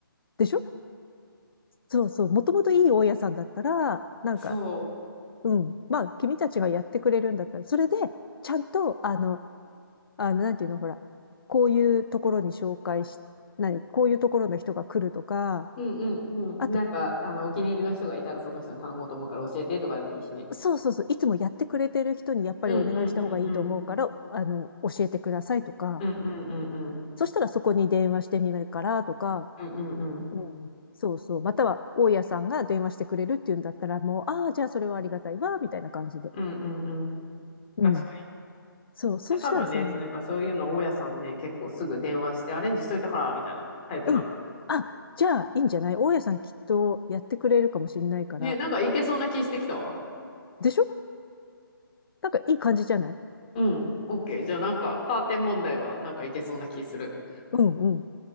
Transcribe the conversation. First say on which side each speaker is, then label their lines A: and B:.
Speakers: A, on the left; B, on the left.
A: でしょそうそう。もともといい大家さんだったら、なんか
B: そ
A: うん。まあ、君たちがやってくれるんだったら、それで、ちゃんと、あの、あの、なんていうの、ほら、こういうところに紹介し、何、こういうところの人が来るとか、
B: う。うんうんうん。
A: あと、
B: なんか、あの、お気に入りの人がいたらその人に頼もうと思うから教えてとかでもいいしね。
A: そうそうそう、いつもやってくれてる人にやっぱりお願いした方がいいと思うから、
B: うんうんうんうん。
A: あの、教えてくださいとか、
B: うんうんうんうん。
A: そしたらそこに電話してみるからとか、
B: うんうんうん。
A: うん。そうそう。または、大家さんが電話してくれるっていうんだったら、もう、ああ、じゃあそれはありがたいわ、みたいな感じで。
B: うんうんうん。
A: うん。
B: 確かに。
A: そう、そうしたらさ、
B: いや、多分ね、そのなんかそういうの大家さんね、結構すぐ電話してアレンジしといたから、みたいなタイプなの。
A: うん。あ、じゃあ、いいんじゃない大家さんきっとやってくれるかもしれないから。
B: ね、なんかいけそうな気してきたわ。
A: でしょなんかいい感じじゃない
B: うん、OK。じゃあなんかカーテン問題はなんかいけそうな気する。
A: うんうん。